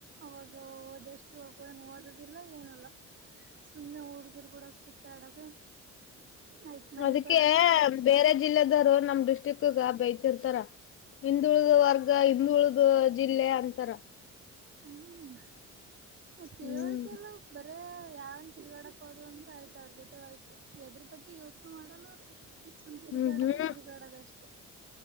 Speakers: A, on the right; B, on the left.
A: ಅವಾಗ <inaudible> ಓದೋದ್ ಇಲ್ಲ ಏನಿಲ್ಲ. ಸುಮ್ಮನೆ ಹುಡುಗರುಗೂಡ ಸುತ್ತಾಡೋದು. ಆಯ್ತ್ ಮನಿ
B: ಅದಕ್ಕೆ
A: ಬರೋದು
B: ಬೇರೆ ಜಿಲ್ಲೆದವರು ನಮ್ ಡಿಸ್ಟಿಕ್ ಗ ಬೈತಿರ್ತಾರ ಹಿಂದುಳಿದ ವರ್ಗ ಹಿಂದುಳಿದ ಜಿಲ್ಲೆ ಅಂತಾರ.
A: ಹ್ಮ್ ತಿಳುವಳಿಕೆ
B: ಹ್ಮ್
A: ಇಲ್ಲ ಇವಕ್ - ಅರೆ ಯಾವನು ತೀರ್ಗ್ಯಾಡಾಕ ಹೋದ ಅಂದ್ರೂ ಆಯ್ತು ಅವ್ರ ಜೊತೆ ಆಯ್ತು ಎದ್ರ ಬಗ್ಗೆ ಯೋಚನೆ ಮಾಡೋಲ್ಲ ಅವ್ರು. ಸುಮ್ ತಿರುಗಾಡದೆ
B: ಹ್ಮ್ ಹ್ಮ್
A: ತಿರುಗಾಡೋದೆ ಅಷ್ಟೇ.